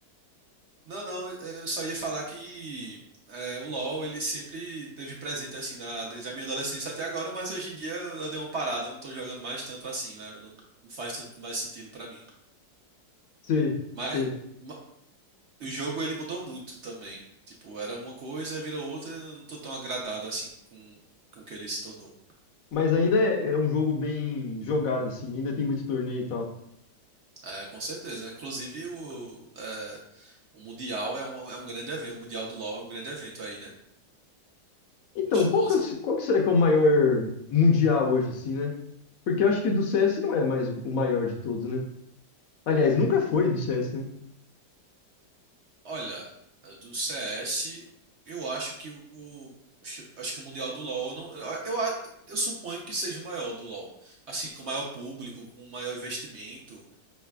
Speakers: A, on the right; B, on the left.
A: Não, não, eu só ia falar que é, o LoL ele sempre teve presente assim na, desde a minha adolescência até agora, mas hoje em dia eu dei uma parada, eu não tô jogando mais tanto assim, né? Não, não faz tanto mais sentido pra mim.
B: Sei,
A: Mas
B: sei.
A: ma- o jogo ele mudou muito também. Tipo, era uma coisa, virou outra, e eu não tô tão agradado assim com com o que ele se tornou.
B: Mas ainda é é um jogo bem jogado, assim, ainda tem muito torneio e tal.
A: É, com certeza. né? Inclusive o, é, o Mundial é um, é um grande evento, o Mundial do LoL é um grande evento aí, né?
B: Então,
A: chamou
B: qual
A: umas
B: que, é o- qual que será que é o maior mundial hoje, assim, né? Porque eu acho que do CS não é mais o maior de todos, né? Aliás, nunca foi do CS, né?
A: Olha, do CS, eu acho que o. Acho acho que o Mundial do LoL. Não, eu, eu, a- eu suponho que seja o maior do LoL. Assim, com maior público, com maior investimento.